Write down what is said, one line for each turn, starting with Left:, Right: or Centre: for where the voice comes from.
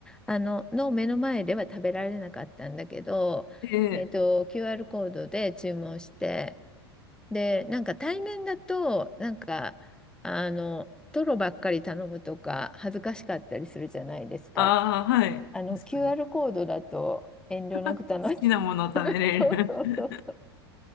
Centre: あの、の目の前では食べられなかったんだけど、
Left: で、
Centre: えっと、QR コードで注文して、で、なんか対面だと、なんか、あの、トロばっかり頼むとか、恥ずかしかったりするじゃないですか。
Left: ああ、はい。
Centre: あの、
Left: 確かに。
Centre: QR コードだと遠慮なく頼む。
Left: 好きなものを食べれる。
Centre: <laughs> そうそうそう。